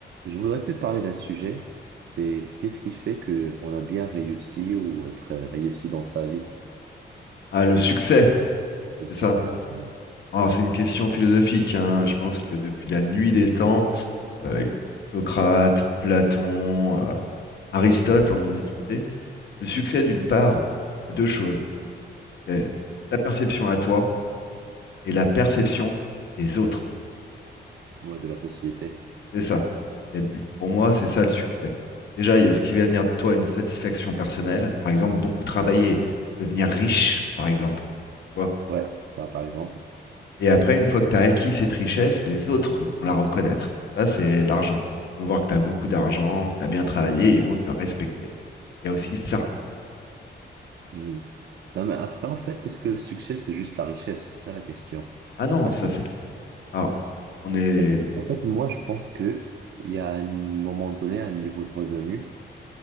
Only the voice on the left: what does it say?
Ah, le succès,
c'est ça.
Alors, c'est une question philosophique, hein. Je pense que depuis la nuit des temps, euh, Socrate, Platon, euh, Aristote en ont discuté. Le succès, d'une part, c'est deux choses. C'est ta perception à toi et la perception des autres.
C'est ça. Il y a- pour moi, c'est ça le succès. Déjà, il y a ce qui va venir de toi, une satisfaction personnelle. Par exemple, beaucoup travailler, devenir riche, par exemple. Tu vois
Et après, une fois que tu as acquis cette richesse, les autres vont la reconnaître. Ça, c'est l'argent. Ils vont voir que tu as beaucoup d'argent, que tu as bien travaillé, et ils vont te respecter. Il y a aussi ça.
Ah non,
ça
c'est. Alors, on est